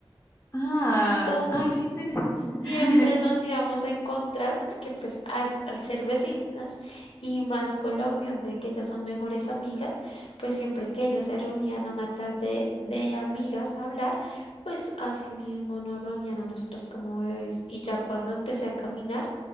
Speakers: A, on the left (about 25°); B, on the left (about 85°).
A: Ah,
B: Entonces,
A: ay, qué interesante.
B: Siempre
A: <laughs>
B: nos íbamos a encontrar porque pues as- al ser vecinas y más con la unión de que ellas son mejores amigas, pues siempre que ellas se reunían a una tarde de amigas a hablar, pues así mismo nos reunían a nosotros como bebés. Y ya cuando empecé a caminar,